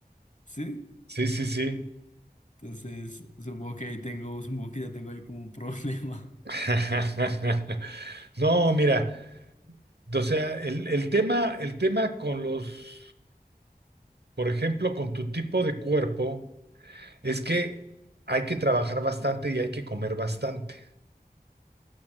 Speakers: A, on the left (about 50°); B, on the right (about 85°).
A: ¿sí?
B: Sí, sí, sí.
A: Entonces, supongo que ahí tengo, supongo que ya tengo ahí como un problema. <laughs>
B: <laughs> No, mira, o sea, el, el tema, el tema con los, por ejemplo, con tu tipo de cuerpo, es que hay que trabajar bastante y hay que comer bastante.